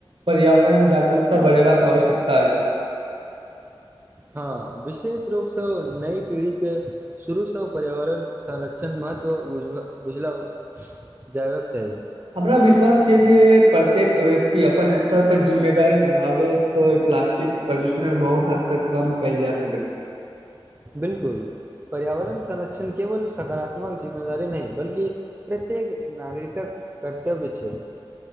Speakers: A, on the right; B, on the right.
A: पर्यावरण जागरूकता बढ़ेबाक आवश्यकता अछि।
B: हँ विशेष रूपसँ नई पीढ़ी के शुरूसँ पर्यावरण संरक्षण महत्व बुझब बुझला जयबाक चाही।
A: हमरा विश्वास छै जे प्रत्येक व्य क्ति अपन स्तर पर जिम्मेदार निभावे प्लास्टिक प्रदूषण बहुत हद तक कम कयल जा सकैत छै।
B: बिल्कुल पर्यावरण संरक्षण केवल सकारात्मक जिम्मेदारी नहि बल्कि प्रत्येक नागरिकक कर्तव्य छै।